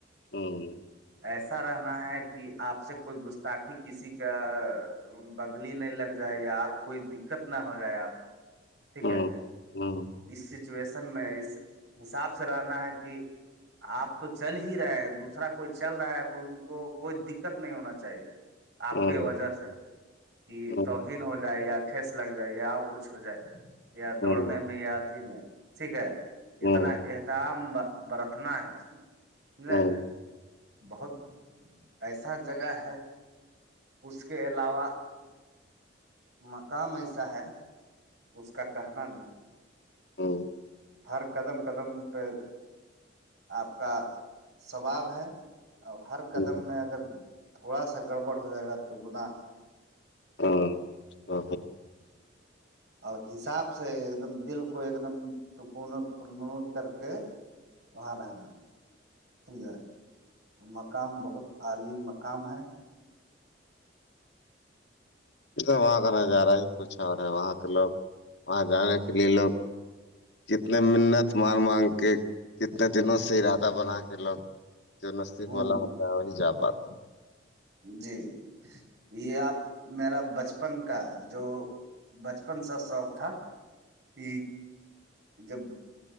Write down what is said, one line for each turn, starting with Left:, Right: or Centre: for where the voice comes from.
Left: ہوں
Right: ایسا رہنا ہے کہ آپ سے کوئی گستاخی کسی کا بگلی نہیں لگ جائے یار کوئی دقت نہ ہو جائے آپ کو، ٹھیک
Left: ہوں،
Right: ہے
Left: ہوں،
Right: اس سچویشن میں اس حساب سے رہنا ہے کہ آپ تو چل ہی رہے ہیں دوسرا کوئی چل رہا ہے تو ان کوئی دقت نہیں ہونا چاہیے آپ
Left: ہوں،
Right: کے وجہ سے کہ
Left: ہوں،
Right: تو بھین ہو جائے یا ٹھس لگ جائے اور کچھ ہو جائے یا دوڑنے
Left: ہوں، ہوں،
Right: میں یا اھی میں ٹھیک ہے اتنا
Left: ہوں،
Right: ام برتنا ہے اس میں سمجے
Left: ہوں،
Right: بہت ایسا جگہ ہے اس کے علاوہ مقام ایسا ہے اس کا کہنا نہیں ہے
Left: ہ
Right: ہر قدم قدم پہ آپ کا سثباب ہے ا ہر قدم
Left: ہوں،
Right: میں اگر تھوڑا سا گڑبڑ ہو جائے گا تو گنااہ
Left: ہاں تو
Right: اور حساب سے ایک دم دل کو ایک دم سکون و پرنو کر کے وہاں د ہاں داں ہے مقام بہت اعاللی مقام ہے
Left: یہ تو وہاں کا نظارہ ہی کچھ اور ہے وہاں کے لوگ وہاں جانے کے لیے لوگ کتنے منت مار مانگ کے کتنے دنوں سے ارادہ بنا کے لوگ جو نصیب
Right: ہوں
Left: بولا ہوتا ہے وہی جا بات تو
Right: جی یہ آپ میرا بچپن کا جو بچپن سا شوق تھا ج جب